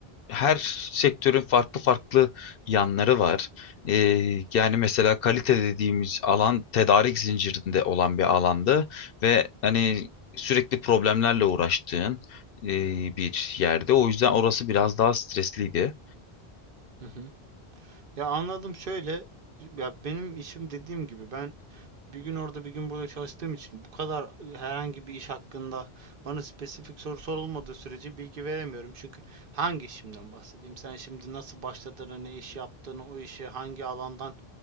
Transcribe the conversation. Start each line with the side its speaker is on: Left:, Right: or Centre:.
Left: her sektörün farklı farklı yanları var. Ee, yani mesela kalite dediğimiz alan tedarik zincirinde olan bir alandı ve hani sürekli problemlerle uğraştığın e, bir yerde. O yüzden orası biraz daha stresliydi.
Right: Hı hı. Ya anladım şöyle. Ya benim işim dediğim gibi ben bir gün orada bir gün burada çalıştığım için bu kadar e, herhangi bir iş hakkında bana spesifik soru sorulmadığı sürece bilgi veremiyorum. Çünkü hangi işimden bahsedeyim? Sen şimdi nasıl başladığını, ne iş yaptığını, o işe hangi alandan